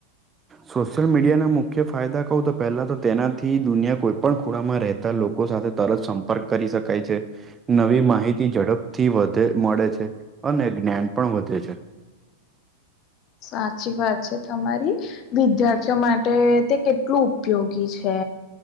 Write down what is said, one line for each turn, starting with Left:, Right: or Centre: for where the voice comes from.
Right: સોશિયલ મીડિયાના મુખ્ય ફાયદા કહું તો પહેલા તો તેનાથી દુનિયા કોઈપણ ખૂણામાં રહે બધા લોકો સાથે તરત સંપર્ક કરી શકાય છે. નવી માહિતી ઝડપથી વધે મળે છે અને જ્ઞાન પણ વધે છે.
Left: સાચી વાત છે તમારી વિદ્યાર્થીઓ માટે તે કેટલું ઉપયોગી છે.